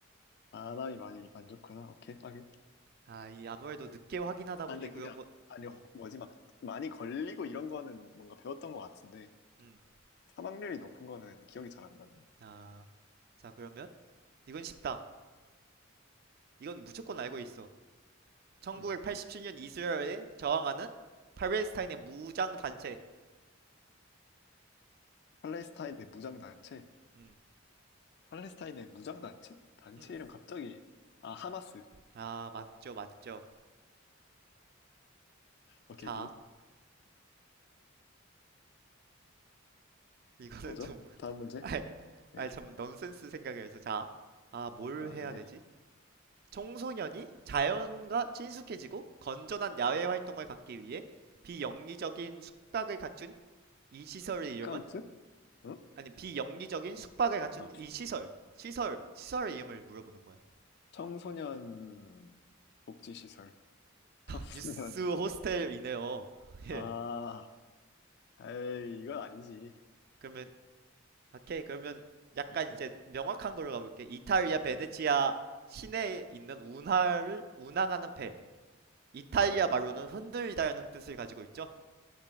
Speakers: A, on the left; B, on the right.
A: 간암이 많이 안 좋구나. 오케이, 하긴.
B: 아, 이 아무래도 늦게 확인하다
A: 아,
B: 보니
A: 근데 그게,
B: 그런
A: 아-
B: 것,
A: 아니,
B: 어,
A: 허- 뭐지, 막, 많이 걸리고 이런 거는 뭔가 배웠던 것 같은데,
B: 음.
A: 사망률이 높은 거는 기억이 잘 안 났네.
B: 아, 자, 그러면 이건 쉽다. 이건 무조건 알고 있어. 1987년
A: 음.
B: 이스라엘에 저항하는 팔레스타인의 무장 단체.
A: 팔레스타인의 무장단체?
B: 음,
A: 팔레스타인의 무장단체? 단체
B: 음.
A: 이름 갑자기, 아, 하마스.
B: 아, 맞죠, 맞죠.
A: 오케이,
B: 자,
A: 굿.
B: 이거는
A: 뭐죠?
B: 좀,
A: 다음
B: <laughs>
A: 문제?
B: 아이, 아이,
A: 예.
B: 참, 넌센스 생각을 해서. 자, 아, 뭘
A: 아,
B: 해야
A: 예.
B: 되지? 청소년이 자연과 친숙해지고 건전한 야외 활동을 갖기 위해 비영리적인 숙박을 갖춘 이 시설의 이름은
A: 스카우트? 응?
B: 아니 비영리적인 숙박을
A: 응.
B: 갖춘
A: 어.
B: 이 시설 시설 시설의 이름을 물어보는 거야
A: 청소년 복지시설. 청소년.
B: 뉴스 호스텔이네요 <laughs> 예
A: 아, 에이, 이건 아니지.
B: 그러면 오케이 그러면 약간
A: 이렇게.
B: 이제 명확한 걸로 가볼게 이탈리아 베네치아
A: 오케이.
B: 시내에 있는 운하를 운항하는 배 이탈리아 말로는 흔들리다라는 뜻을 가지고 있죠